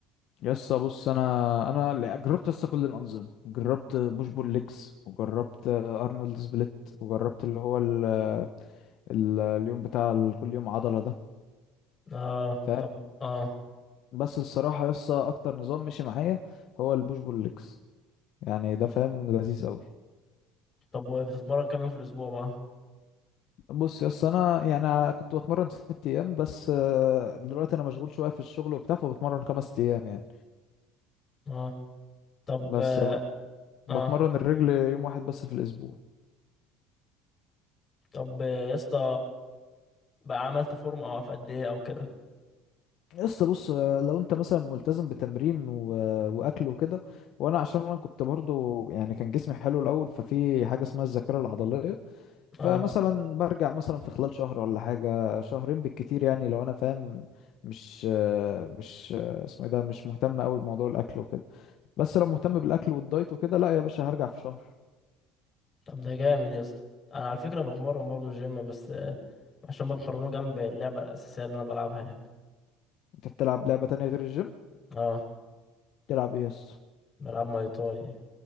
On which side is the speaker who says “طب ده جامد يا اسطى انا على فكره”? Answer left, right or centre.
Left